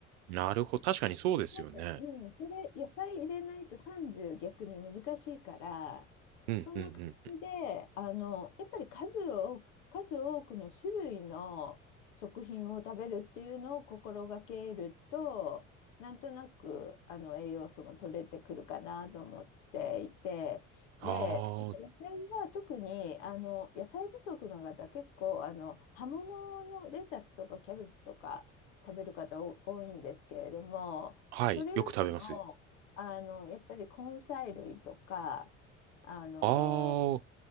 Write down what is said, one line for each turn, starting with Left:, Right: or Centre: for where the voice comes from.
Right: なるほど。確かにそうですよね。
Left: なんか、うん、それ、野菜入れないと30逆に難しいから、
Right: うん、
Left: そんな感じで、
Right: うん、うん。
Left: あの、やっぱり数を、数多くの種類の食品を食べるっていうのを心がけると、なんとなく、あの、栄養素も取れてくるかなと思っていて、
Right: ああ、
Left: で、野菜は特に、あの、野菜不足の方、結構、あの、葉物のレタスとかキャベツとか食べる方お多いんですけれども、
Right: はい。
Left: それよりも、
Right: よく食べます。
Left: あの、やっぱり根菜類とか、あの、
Right: ああ、